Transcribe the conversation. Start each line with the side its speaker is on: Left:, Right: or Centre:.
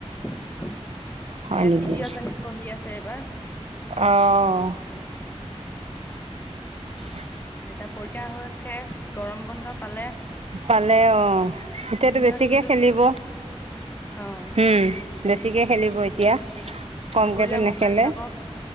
Left: এ
Right: হয় নেকি
Left: তৃতীয় শ্ৰেণীত পঢ়ি আছে এইবাৰ।
Right: অঁ <unintelligible>
Left: এতিয়া পৰীক্ষা হৈ শেষ গৰম বন্ধ পালে।
Right: পালে অ এতিয়াতো
Left: দিনৰ
Right: বেছিকে
Left: দিনটো
Right: খেলিব?
Left: অ',
Right: উম বেছিকে খেলিব। এতিয়া কমকেতো
Left: দুপৰীয়া
Right: নেখেলে
Left: মোবাইল চাব।